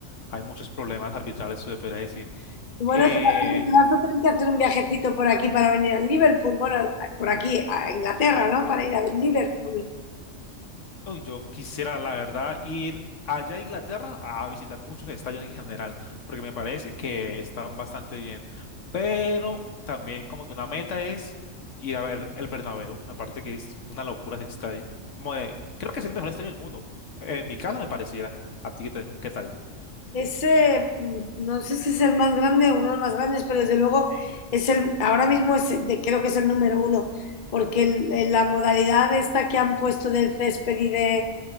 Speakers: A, on the left (about 70°); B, on the left (about 45°).
A: hay muchos problemas arbitrales, se le podría decir.
B: Y Bueno,
A: Eh,
B: te vas, te vas a tener que hacer un viajecito por aquí para venir al Liverpool, bueno, por aquí a Inglaterra, ¿no? Para ir a Liverpool.
A: Uy, yo quisiera, la verdad, ir allá a Inglaterra a visitar muchos estadios en general, porque me parece que están bastante bien. Pero también como que una meta es ir a ver el Bernabéu. Me parece que es una locura ese estadio. Como de, creo que es el mejor estadio del mundo. En mi caso me pareciera. ¿A ti qué, te- qué tal?
B: Ese, mm, no sé si es el más grande o uno de los más grandes, pero desde luego es el, ahora mismo es el de- creo que es el número uno, porque el- el- la modalidad esta que han puesto del césped y de